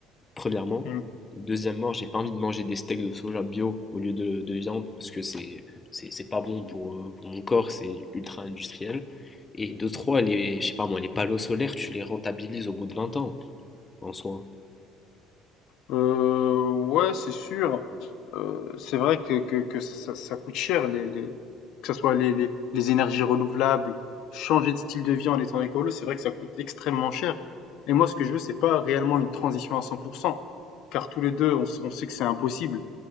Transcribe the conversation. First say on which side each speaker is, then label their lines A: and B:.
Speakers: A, on the left; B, on the left.
A: premièrement.
B: Mhm.
A: Deuxièmement, j'ai pas envie de manger des steaks de soja bio au lieu de, de viande parce que c'est c'est c'est pas bon pour, euh, pour mon corps, c'est ultra industriel. Et de trois, les, je sais pas moi, les panneaux solaires tu les rentabilises au bout de 20 ans en soi.
B: Euh, ouais, c'est sûr. Euh, c'est vrai que, que, que ça, ça- ça coûte cher, les, les- que ce soit les, les, les énergies renouvelables, changer de style de vie en étant écolo, c'est vrai que ça coûte extrêmement cher. Et moi, ce que je veux, c'est pas réellement une transition à 100%, car tous les deux, on, s- on sait que c'est impossible.